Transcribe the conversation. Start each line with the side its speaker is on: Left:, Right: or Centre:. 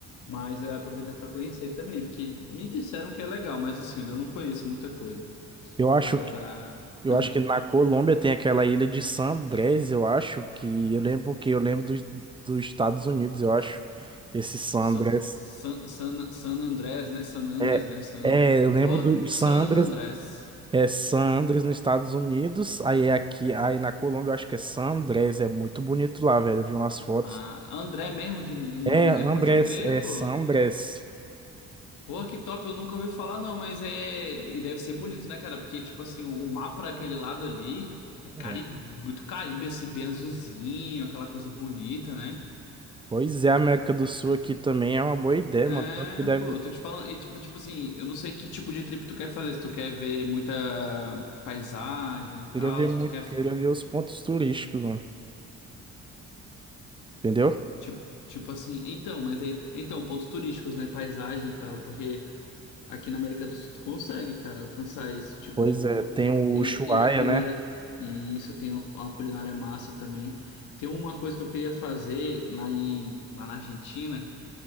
Left: Mas eu ia aproveitar pra conhecer também, porque me disseram que é legal, mas assim, eu ainda não conheço muita coisa.
Right: eu acho
Left: Agora,
Right: que. Eu
Left: ah,
Right: acho que na Colômbia tem aquela ilha de San Andrés, eu acho que eu lembro que eu lembro dos, dos Estados Unidos, eu acho. Esse San
Left: Sa-
Right: Andrés.
Left: San, San, San Andrés, né? San Andrés,
Right: É,
Left: né? San Andrés.
Right: é, eu lembro
Left: Pô,
Right: do San
Left: San
Right: Andrés
Left: Andrés.
Right: É San Andrés nos Estados Unidos, aí é aqui, aí na Colômbia eu acho que é San Andrés, é muito bonito lá, velho, eu vi umas fotos.
Left: Ah, André mesmo de- do nome,
Right: É, Andrés,
Left: né? Pode crer,
Right: é
Left: pô.
Right: San Andrés.
Left: Pô, que top, eu nunca ouvi falar não, mas é... E deve ser bonito, né, cara? Porque, tipo assim, o, o mar pra aquele lado ali é cari...
Right: É.
Left: muito Caribe, assim, bem azulzinho, aquela coisa bonita, né?
Right: Pois é, a América do Sul aqui também é uma boa ideia,
Left: É,
Right: mano, tanto que deve,
Left: pô, eu tô te falando, e, tipo, tipo assim, eu não sei que tipo de trip tu quer fazer, se tu quer ver muita paisagem e tal,
Right: queria ver muito,
Left: se tu quer
Right: queria ver os pontos turísticos, mano, entendeu?
Left: Tipo, tipo assim, então, mas aí, então, pontos turísticos, né? Paisagem e tal, porque aqui na América do Sul tu consegue, cara, alcançar isso, tipo,
Right: Pois é, tem o
Left: e,
Right: Ushuaia,
Left: e a culinária,
Right: né?
Left: e isso tem uma uma culinária massa também. Tem uma coisa que eu queria fazer lá em, lá na Argentina,